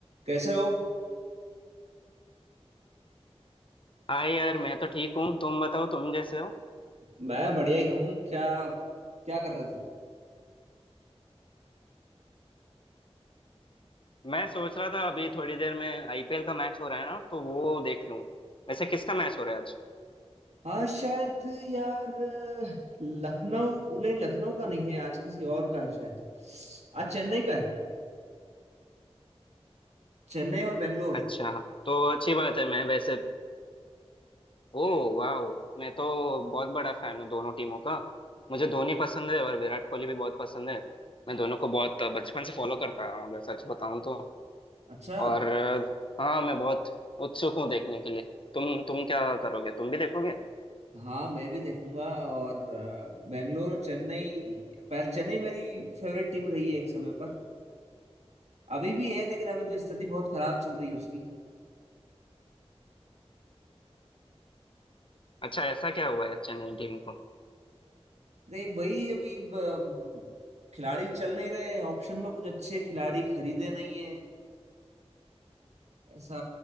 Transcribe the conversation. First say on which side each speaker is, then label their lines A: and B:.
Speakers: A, on the right; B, on the left.
A: कैसे हो
B: हाय यार मैं तो ठीक हूँ तुम बताओ तुम जैसे हो
A: मैं बढ़िया ही हूँ क्या क्या कर रहे थे
B: मैं सोच रहा था अभी थोड़ी देर में आईपीएल का मैच हो रहा है ना तो वो देख लूँ वैसे किसका मैच हो रहा है आज
A: हाँ शायद यार लखनऊ नहीं लखनऊ का नहीं है आज किसी और का है शायद आज चेन्नई का है चेन्नई और बेंगलोर
B: अच्छा तो अच्छी बात है मैं वैसे ओ वाह मैं तो बहुत बड़ा फैन हूँ दोनों टीमों का मुझे धोनी पसंद है और विराट कोहली भी बहुत पसंद है मैं दोनों को बहुत बचपन से फॉलो करता आ रहा हूँ अगर सच बताऊँ तो
A: अच्छा
B: और हाँ मैं बहुत उत्सुक हूँ देखने के लिए तुम तुम क्या करोगे तुम भी देखोगे
A: हाँ मैं भी देखूंगा और अ, बेंगलोर और चेन्नई पर चेन्नई मेरी फेवरेट टीम रही है एक समय पर अभी भी है लेकिन अभी तो स्थिति बहुत खराब चल रही है उसकी
B: अच्छा ऐसा क्या हुआ है चेन्नई टीम को
A: नहीं वही अभी ब- खिलाड़ी चल नहीं रहे ऑक्शन में कुछ अच्छे खिलाड़ी खरीदे नहीं है ऐसा